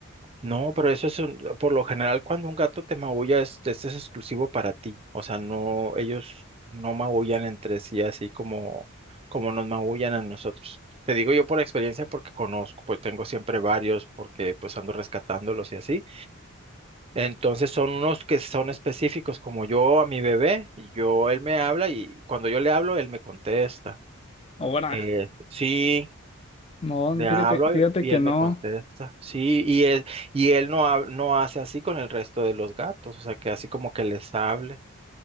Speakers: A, on the right (about 25°); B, on the left (about 25°).
A: No, pero eso es un- por lo general cuando un gato te maulla, es- este es exclusivo para ti. O sea, no, ellos no maullan entre sí así como, como nos maullan a nosotros. Te digo yo por experiencia porque conozco, pues tengo siempre varios porque pues ando rescatándolos y así. Entonces son unos que son específicos, como yo a mi bebé, y yo, él me habla y cuando yo le hablo, él me contesta.
B: Ahora,
A: Eh, sí,
B: no,
A: le
B: fíjate,
A: hablo
B: fíjate
A: y y
B: que
A: él
B: no.
A: me contesta. Sí, y él, y él no, hab- no hace así con el resto de los gatos, o sea, que así como que les hable,